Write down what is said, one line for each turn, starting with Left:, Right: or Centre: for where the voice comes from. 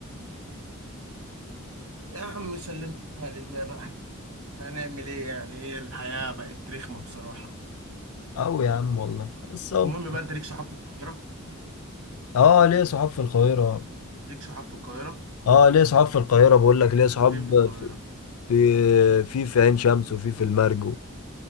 Right: يا عم سلمها لله بقى احنا هنعمل ايه يعني ايه الحياة بقت رخمة بصراحة
Left: او يا عم والله بس اهو
Right: المهم بقى انت ليك صحاب في القاهرة
Left: اه ليه صحاب في القاهره
Right: ليك صحاب في القاهرة
Left: اه ليه صحاب في القاهره بقول لك ليه صحاب
Right: فين في القاهرة
Left: في في في في عين شمس وفي في المرج